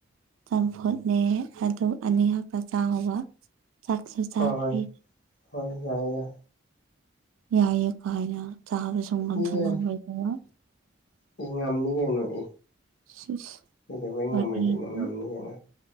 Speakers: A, on the right (about 80°); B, on the left (about 60°).
A: ꯆꯝꯐꯨꯠꯅꯦ ꯑꯗꯨ ꯑꯅꯤꯍꯛꯇ ꯆꯥꯎꯕ ꯁꯥꯛꯁꯨ ꯆꯔꯥꯒꯦ
B: ꯍꯣꯏ ꯍꯣꯏ ꯍꯣꯏ ꯌꯥꯏ ꯌꯥꯏ
A: ꯌꯥꯏ ꯀꯥꯏꯅꯥ ꯆꯥꯕ ꯁꯨꯡꯉꯝꯁꯨ
B: ꯏ ꯌꯥꯏ
A: ꯉꯝꯃꯣꯏꯗꯕ
B: ꯏ ꯉꯝꯅꯤ ꯀꯩꯅꯣ ꯏ
A: ꯁꯤꯁ
B: ꯀꯩꯗꯧꯕꯩ
A: ꯋ꯭ꯊꯤꯗꯤ
B: ꯉꯝꯃꯣꯏꯗꯣꯏꯅꯣ ꯉꯝꯅꯤ ꯀꯩꯅꯣ